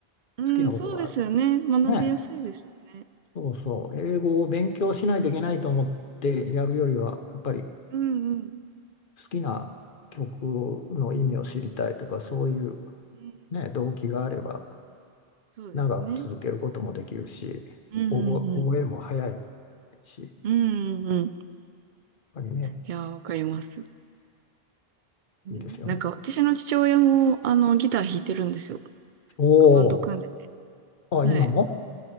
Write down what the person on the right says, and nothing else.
うん。
うん、そうですよね。学びやすいですよね。
うんうん。
うん。
そうですね。
うんうんうん。
うんうんうん。
いやー、わかります。うんなんか私の父親もあのギター弾いてるんですよ。
なんかバンド組んで
はい。